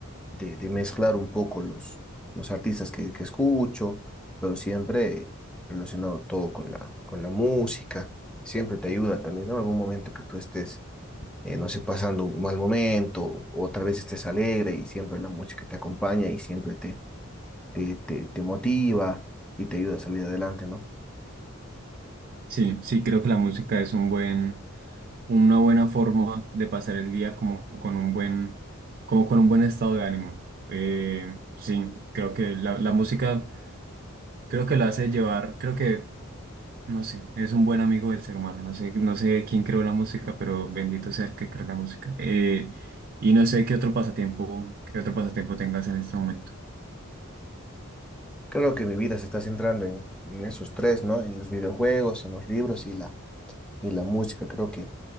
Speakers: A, in the centre; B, on the right.
A: de, de mezclar un poco los, los artistas que, que escucho, pero siempre relacionado todo con la, con la música. Siempre te ayuda también, ¿no? en Algún momento que tú estés, eh, no sé, pasando un mal momento o tal vez estés alegre y siempre la música te acompaña y siempre te, te, te, te motiva y te ayuda a salir adelante, ¿no?
B: Sí, sí, creo que la música es un buen, una buena forma de pasar el día como con un buen, como con un buen estado de ánimo. Eh, sí, creo que la, la música, creo que la hace llevar, creo que No sé, es un buen amigo del ser humano. No sé, no sé quién creó la música, pero bendito sea el que creó la música. Eh, y no sé qué otro pasatiempo, qué otro pasatiempo tengas en este momento.
A: Creo que mi vida se está centrando en, en esos tres, ¿no? En los videojuegos, en los libros y la, y la música. Creo que